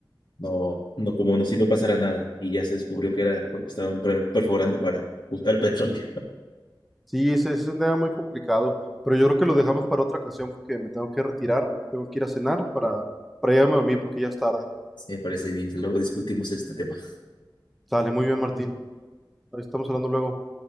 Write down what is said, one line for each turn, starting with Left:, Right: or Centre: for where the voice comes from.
Left: no, no como no si no pasara nada. Y ya se descubrió que era porque estaban per- perforando para buscar petróleo.
Centre: Sí, ese es un tema muy complicado, pero yo creo que lo dejamos para otra ocasión porque me tengo que retirar, tengo que ir a cenar para, para irme a dormir porque ya es tarde.
Left: Sí, me parece bien que luego discutimos este tema.
Centre: Sale, muy bien, Martín. Ahí estamos hablando luego.